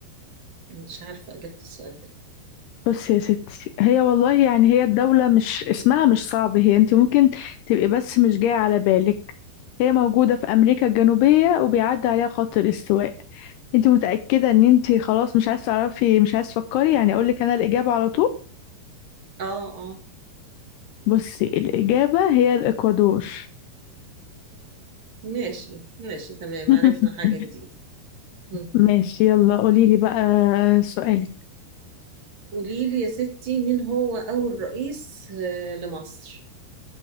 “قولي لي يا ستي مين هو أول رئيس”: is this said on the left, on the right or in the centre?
Right